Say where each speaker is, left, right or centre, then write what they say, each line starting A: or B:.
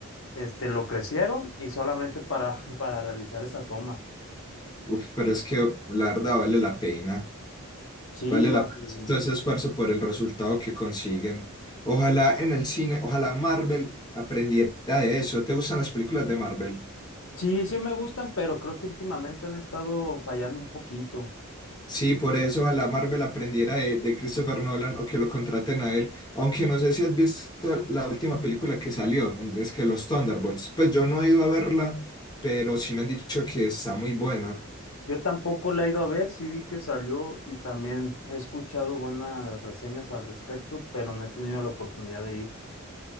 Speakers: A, on the left (about 70°); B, on the left (about 20°).
A: este, lo crecieron y solamente para, <laughs> para realizar esa toma.
B: uf, pero es que la verdad vale la pena,
A: Sí,
B: vale
A: va
B: la
A: a
B: pena
A: valer
B: hacer
A: mucho.
B: todo ese esfuerzo por el resultado que consiguen. Ojalá en el cine, ojalá Marvel aprendiera de eso. ¿Te gustan las películas de Marvel?
A: Sí, sí me gustan, pero creo que últimamente han estado fallando un poquito.
B: Sí, por eso ojalá Marvel aprendiera de, de Christopher Nolan o que lo contraten a él. Aunque no sé si has visto la última película que salió, es que Los Thunderbolts. Pues yo no he ido a verla, pero sí me han dicho que está muy buena.
A: Yo tampoco la he ido a ver, sí vi que salió y también he escuchado buenas reseñas al respecto, pero no he tenido la oportunidad de ir.